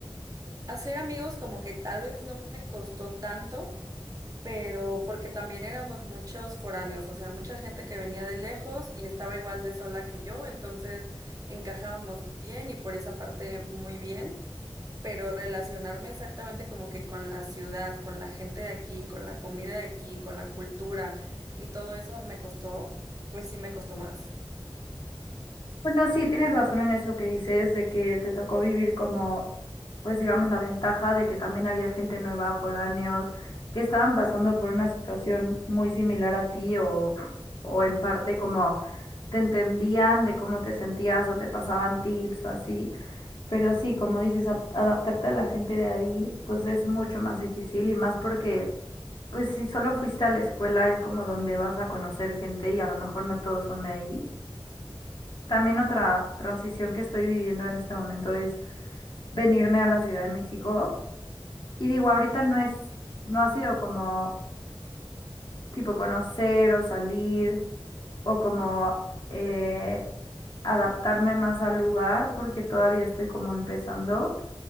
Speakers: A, on the right; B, on the left.
A: hacer amigos como que tal vez no me costó tanto pero porque también éramos muchos foráneos, o sea, mucha gente que venía de lejos y estaba igual de sola que yo, entonces encajábamos bien y por esa parte muy bien, pero relacionarme exactamente como que con la ciudad, con la gente de aquí, con la comida de aquí, con la cultura y todo eso me costó, pues sí me costó más.
B: Bueno, sí, tienes razón en eso que dices, de que te tocó vivir como, pues digamos, la ventaja de que también había gente nueva, foráneos, que estaban pasando por una situación muy similar a ti o, o en parte como te entendían de cómo te sentías o te pasaban tips o así. Pero sí, como dices, ap- adaptarte a la gente de ahí, pues es mucho más difícil y más porque, pues si solo fuiste a la escuela es como donde vas a conocer gente y a lo mejor no todos son de ahí. También otra transición que estoy viviendo en este momento es venirme a la Ciudad de México. Y digo, ahorita no es, no ha sido como tipo conocer o salir o como eh, adaptarme más al lugar porque todavía estoy como empezando